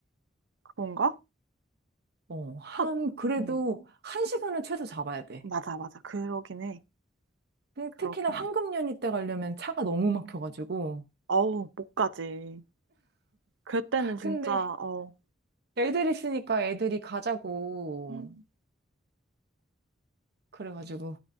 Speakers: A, on the right; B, on the right.
A: 그건가?
B: 어, 한,
A: 한,
B: 그래도
A: 음,
B: 한 시간은 최소 잡아야 돼.
A: 맞아, 맞아. 그러긴 해.
B: 그-
A: 그렇긴
B: 특히나 황금연휴
A: 해.
B: 때 가려면 차가 너무 막혀가지고.
A: 어우, 못 가지. 그때는 진짜
B: 근데
A: 어,
B: 애들 있으니까 애들이 가자고.
A: 음.
B: 그래가지고